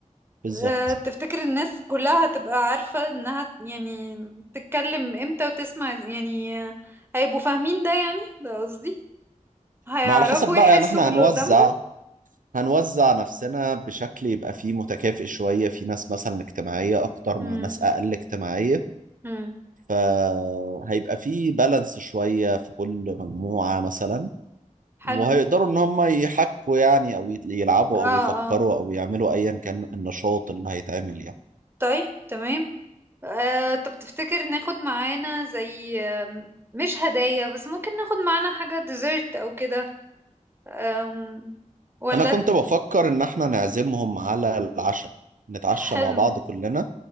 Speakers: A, on the right; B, on the right.
A: بالظبط
B: أه تفتكر الناس كلها هتبقى عارفة انها يعني تتكلم امتى وتسمع إز- يعني آه، هيبقوا فاهمين ده يعني ده قصدي هيعرفوا
A: ما على حسب بقى
B: يحسوا
A: يعني احنا
B: باللي
A: هنوزع
B: قدامهم
A: هنوزع نفسنا بشكل يبقى فيه متكافئ شوية في ناس مثلا اجتماعية أكتر
B: امم
A: مع ناس أقل اجتماعية
B: امم
A: فهيبقى فيه بالانس شوية في كل مجموعة مثلا
B: حلو
A: وهيقدروا ان هم يحكوا يعني او يت- يلعبوا
B: اه
A: او يفكروا
B: اه
A: او يعملوا ايا كان النشاط اللي هيتعمل يعني
B: طيب تمام آه، طب تفتكر ناخد معانا زي آم، مش هدايا بس ممكن ناخد معانا حاجة ديزرت او كده آم، ولا
A: انا كنت بفكر ان احنا نعزمهم على العشاء نتعشى
B: حلو
A: مع بعض كلنا